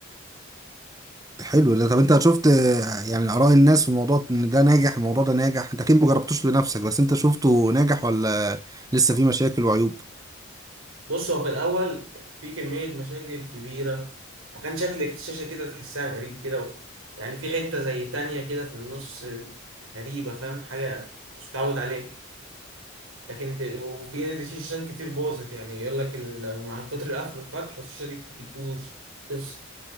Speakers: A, on the right; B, on the right.
A: حلو ده طب انت شفت آه، يعني اراء الناس في الموضوع ان ده ناجح الموضوع ده ناجح انت اكيد مجربتوش لنفسك بس انت شفته ناجح ولا لسه فيه مشاكل وعيوب
B: بص هو في الأول كان في كمية مشاكل كبيرة وكان شكل الشاشة كده تحسها غريب كده و... يعني في حتة زي تانية كده في النص غريبة فاهم حاجة مش متعود عليها لكن ت... وفي في شاشات كتير باظت يعني يقول لك ال... مع كتر القفل والفتح الشاشة دي بتبوظ تفصل